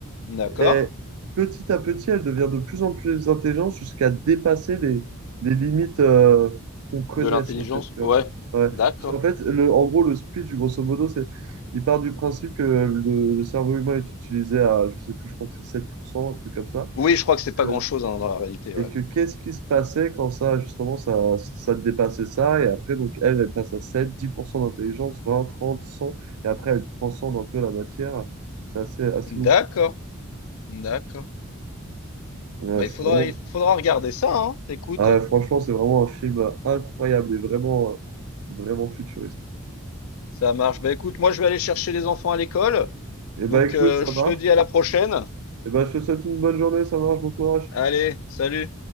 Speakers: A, on the left; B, on the right.
A: <laughs> D'accord.
B: Et petit à petit, elle devient de plus en plus intelligente jusqu'à dépasser les, les limites euh, qu'on connaisse,
A: De l'intelligence,
B: en fait. Tu
A: ouais.
B: vois. Ouais. Parce
A: D'accord.
B: qu'en fait, le, en gros, le speech, grosso modo, c'est. Il part du principe que le, le cerveau humain est utilisé à, je sais plus, je crois que c'est 7%, un truc comme ça
A: Oui, je crois que c'est pas
B: Euh,
A: grand-chose hein, dans la réalité,
B: et
A: ouais.
B: que qu'est-ce qui se passait quand ça, justement, ça, ça dépassait ça, et après, donc, elle, elle passe à sept dix pour cent d'intelligence, 20 30 100 et après, elle transcende un peu la matière. C'est assez, assez
A: D'accord,
B: ouf.
A: d'accord.
B: Ouais,
A: Bah,
B: c'est
A: il faudra,
B: vraiment,
A: il faudra regarder ça, hein. Écoute,
B: ah ouais, franchement, c'est vraiment un film euh, incroyable et vraiment, euh, vraiment futuriste.
A: ça marche. Bah, écoute, moi, je vais aller chercher les enfants à l'école.
B: Et
A: Donc,
B: bah, écoute,
A: euh,
B: ça
A: je
B: marche.
A: te dis à la prochaine.
B: Et bah, je te souhaite une bonne journée, ça marche, bon courage.
A: Allez, salut.